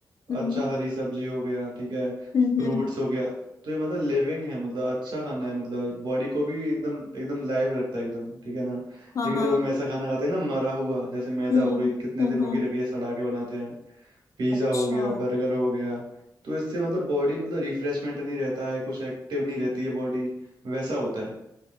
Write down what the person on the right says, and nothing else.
अच्छा हरी सब्जी हो गया ठीक है
फ्रूट्स
हो गया तो ये मतलब लिविंग है मतलब अच्छा खाना है मतलब बॉडी को भी एकदम एकदम लाइव रखता है एकदम ठीक है ना
लेकिन
जब हम ऐसा खाना खाते हैं ना मरा हुआ जैसे मैदा
हो गई कितने
दिनों
की रखी है सड़ा के बनाते हैं पिज्ज़ा
हो गया बर्गर हो गया तो इससे मतलब बॉडी मतलब रिफ्रेशमेंट नहीं रहता है कुछ एक्टिव नहीं रहती है बॉडी वैसा होता है